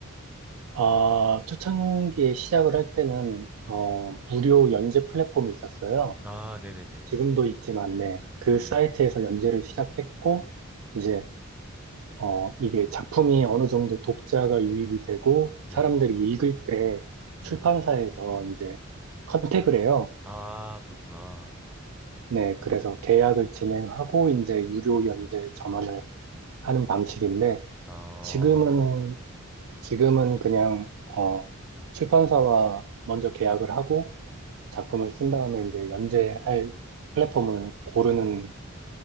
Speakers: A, on the right (about 70°); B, in the centre.
A: 아, 초창기에 시작을 할 때는, 어, 무료 연재 플랫폼이 있었어요.
B: 아, 네네네.
A: 지금도 있지만, 네. 그
B: 음,
A: 사이트에서 연재를 시작했고, 이제 어, 이게 작품이 어느 정도 독자가 유입이 되고
B: 네.
A: 사람들이 읽을 때
B: 음,
A: 출판사에서 이제 컨택을 해요.
B: 아, 그렇구나.
A: 네, 그래서 계약을 진행하고 이제 유료 연재 전환을 하는 방식인데
B: 아.
A: 지금은 지금은 그냥 어, 출판사와 먼저 계약을 하고 작품을 쓴 다음에 이제 연재할 플랫폼을 고르는